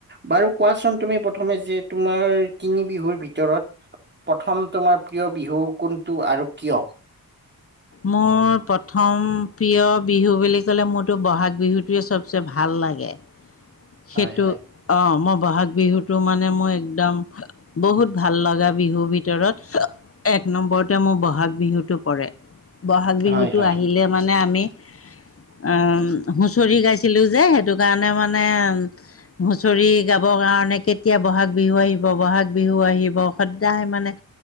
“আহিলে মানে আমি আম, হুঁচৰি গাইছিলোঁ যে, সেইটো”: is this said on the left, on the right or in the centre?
Left